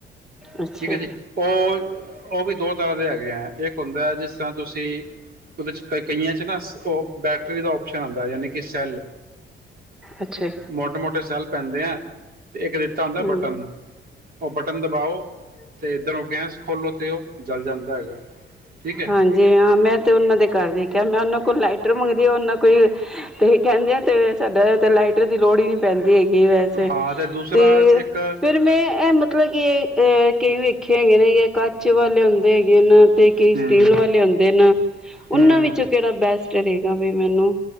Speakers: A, in the centre; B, on the right.
A: ਅੱਛਾ
B: ਠੀਕ ਹੈ ਜੀ ਉਹ ਉਹ ਵੀ ਦੋ ਤਰ੍ਹਾਂ ਦੇ ਹੈਗੇ ਐ ਇੱਕ ਹੁੰਦਾ ਜਿਸ ਤਰ੍ਹਾਂ ਤੁਸੀਂ ਉਹਦੇ ਚ ' ਕਈਆਂ 'ਚ ਨਾ ਉਹ ਬੈਟਰੀ ਦਾ ਓਪਸ਼ਨ ਆਉਂਦਾ ਯਾਨੀ ਕਿ ਸੈੱਲ
A: ਅੱਛਾ
B: ਮੋਟੇ ਮੋਟੇ ਸੈਲ ਪੈਂਦੇ ਐ ਤੇ ਇੱਕ ਦਿੱਤਾ ਹੁੰਦਾ
A: ਹਮ
B: ਬਟਨ ਉਹ ਬਟਨ ਦਬਾਓ ਤੇ ਇੱਧਰੋਂ ਗੈਸ ਖੋਲੋ ਤੇ ਉਹ ਜਲ ਜਾਂਦਾ ਹੈਗਾ ਠੀਕ ਹੈ
A: ਹਾਂਜੀ ਹਾਂ ਮੈਂ ਤੇ ਉਹਨਾਂ ਦੇ ਘਰ ਦੇ ਵੇਖਿਆ ਮੈਂ ਉਹਨਾਂ ਕੋਲ ਲਾਈਟਰ ਮੰਗਦੀ ਆ ਉਹਨਾਂ ਕੋਈ ਤੇ ਕਹਿੰਦੇ ਆ ਤੇ ਸਾਡਾ ਤਾਂ ਲਾਈਟਰ ਦੀ ਲੋੜ ਹੀ ਨਹੀਂ ਪੈਂਦੀ ਹੈਗੀ ਵੈਸੇ
B: ਹਾਂ ਅਤੇ ਦੂਸਰਾ
A: ਤੇ
B: ਇੱਕ
A: ਫਿਰ ਮੈਂ ਐ ਇਹ ਮਤਲਬ ਕਿ ਕਈ ਵੇਖੇ ਹੈਗੇ ਨੇ ਘੱਟ ਕੱਚੇ ਵਾਲੇ ਹੁੰਦੇ ਹੈਗੇ ਨਾ ਤੇ ਕਈ
B: ਹਮ
A: ਸਟੀਲ ਵਾਲੇ ਆਉਂਦੇ ਨਾ ਉਹਨਾਂ
B: ਹਮ ਹਮ
A: ਵਿੱਚੋਂ ਕਿਹੜਾ ਬੈਸਟ <unintelligible> ਵੀ ਮੈਨੂੰ